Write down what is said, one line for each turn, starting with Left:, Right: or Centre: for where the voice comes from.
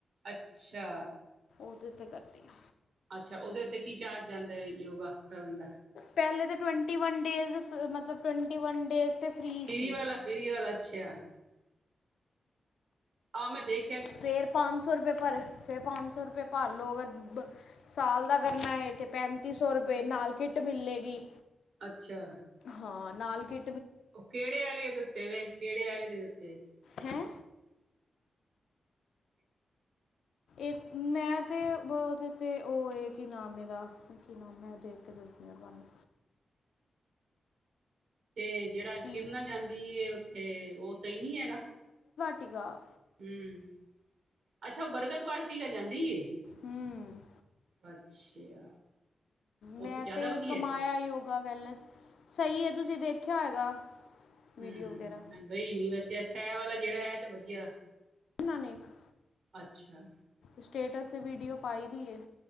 Right: ਅੱਛਾ।
Left: <unintelligible> ਉੱਥੇ ਕਰਦੀਆਂ।
Right: ਅੱਛਾ ਉਹਦੇ ਉੱਤੇ ਕੀ ਚਾਰਜ ਜਾਂਦਾ ਹੈ ਯੋਗਾ ਕਰਨ ਦਾ?
Left: ਪਹਿਲੇ ਤੇ ਟਵੈਂਟੀ ਵਨ ਡੇਜ਼ ਮਤਲਬ ਟਵੈਂਟੀ ਵਨ ਡੇਜ਼ ਤੇ ਫ੍ਰੀ
Right: ਫਰੀ
Left: ਸੀ
Right: ਵਾਲਾ, ਫਰੀ ਵਾਲਾ ਅੱਛਾ। ਆਹ ਮੈਂ ਦੇਖ
Left: ਫੇਰ ਪੰਜ ਸੌ ਰੁਪਏ ਪਰ ਫੇਰ ਪੰਜ ਸੌ ਰੁਪਏ ਭਰ ਲੋ ਅਗਰ ਸਾਲ ਦਾ ਕਰਨਾ ਹੈ ਤੇ ਪੈਂਤੀ ਸੌ ਰੁਪਏ ਨਾਲ ਕਿੱਟ ਮਿਲੇਗੀ।
Right: ਅੱਛਾ
Left: ਹਾਂ ਨਾਲ ਕਿ
Right: ਉਹ ਕਿਹੜੇ ਆਲੇ ਦ ਉੱਤੇ ਵੇ ਕਿਹੜੇ ਆਲੇ ਦੇ ਉੱਤੇ।
Left: ਹੈ ਇਕ ਮੈਂ ਤੇ ਉਹਦੇ ਤੇ ਉਹ ਏ ਕਿ ਨਾਮ ਇਹਦਾ ਕੀ ਨਾਮ ਹੈ ਉਹ ਦੇ ਉੱਤੇ ਦੱਸਦੀ ਹਾਂ ਤੁਹਾਨੂੰ।
Right: ਤੇ ਜਿਹੜਾ ਕਿਰਨਾਂ
Left: ਕੀ
Right: ਜਾਂਦੀਏ ਉ ਤੇ ਉਸ ਸਹੀ ਨਹੀ ਹੈਗਾ?
Left: ਟੀ ਗਾ।
Right: ਹਮ ਅੱਛਾ ਬਰਗਦ ਬਾਗਟੀਕ ਜਾਂਦੀ ਐ।
Left: ਹੂੰ
Right: ਅੱਛਾ।
Left: ਮੈਂ
Right: ਉੱਥੇ ਜ਼ਿਆਦਾ
Left: ਤੇ
Right: ਵਧੀਆ
Left: ਕਮਾਇਆ ਯੋਗਾ ਵੈਲਨੈਸ ਸਹੀ ਹੈ ਤੁਸੀਂ ਦੇਖ ਖਿਆ ਹੋਏਗਾ। ਵੀਡੀਓ
Right: ਹਮ
Left: ਵਗੈਰਾ
Right: ਮੈਂ ਗਈ ਨੀ ਵੈਸੇ ਅੱਛਾ ਇਹ ਜਿਹੜਾ ਇਹ ਤੇ ਵਧੀਆ।
Left: ਨਾਂ ਨੇ ਇੱਕ।
Right: ਅੱਛਾ
Left: ਸਟੇਟਸ ਤੇ ਵੀਡੀਓ ਪਾਈ ਦੀ ਹੈ।